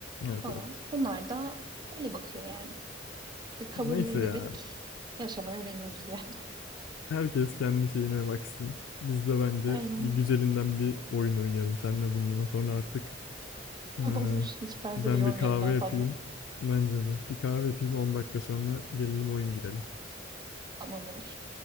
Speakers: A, on the left (about 80°); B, on the right (about 20°).
A: Evet
B: falan.
A: evet.
B: Onlar da öyle bakıyor yani kabullenerek
A: Neyse ya.
B: yaşamayı öğreniyoruz yani.
A: Herkes kendi şeyine baksın. Biz de bence
B: <laughs> Aynen
A: bir
B: öyle.
A: güzelinden bir oyun oynayalım. Senle bundan sonra artık eee,
B: <laughs> Olur. Hiç bence
A: ben
B: de yormayalım
A: bir kahve
B: daha
A: yapayım.
B: fazla.
A: Bence de. Bir kahve yapayım 10 dakika sonra gelelim oyun girelim.
B: Tamam olur.